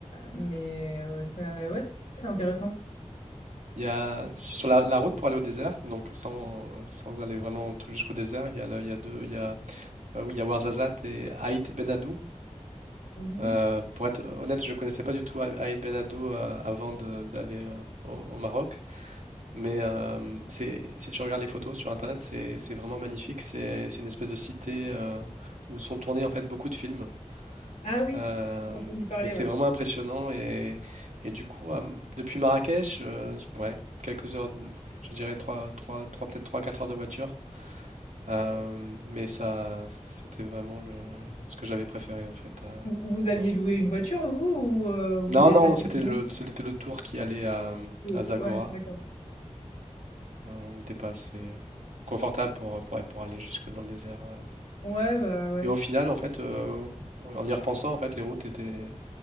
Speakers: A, on the left (about 75°); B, on the right (about 80°).
A: mais heu, ça ouais, c'est intéressant.
B: Il y a, sur la, la route pour aller au désert, donc sans, sans aller vraiment tout jusqu'au désert, il y a, le- il y a deux, il y a, euh, oui, il y a Ouarzazate et Aït Ben Haddou.
A: Mmh
B: Euh, pour être honnête, je ne connaissais pas du tout Aï- Aït Ben Haddou euh, avant de- d'aller euh, au, au Maroc, mais euh, c'est, si tu regardes les photos sur Internet, c'est c'est vraiment magnifique. C'est c'est une espèce de cité euh, où sont tournés en fait beaucoup de films.
A: Ah oui,
B: Euh,
A: j'ai entendu parler,
B: et c'est
A: ouais.
B: vraiment impressionnant. Et, et du coup, à- depuis Marrakech, euh, ouais, quelques heures, je dirais trois trois trois peut-être trois quatre heures de voiture. Euh, mais ça, c'était vraiment le, ce que j'avais préféré en fait à-
A: Vous vous aviez
B: au Maroc.
A: loué une voiture, vous, ou heu, vous
B: Non,
A: vous déplaciez
B: non, c'était
A: comment?
B: le, c'était le tour qui allait à,
A: Tout le
B: à
A: tour
B: Zagora.
A: ouais, d'accord.
B: Euh, on n'était pas assez euh, confortable pour, pour, pour aller jusque dans le désert. euh.
A: Ouais, bah, ouais.
B: Et au final, en fait, euh, en y repensant, en fait, les routes étaient,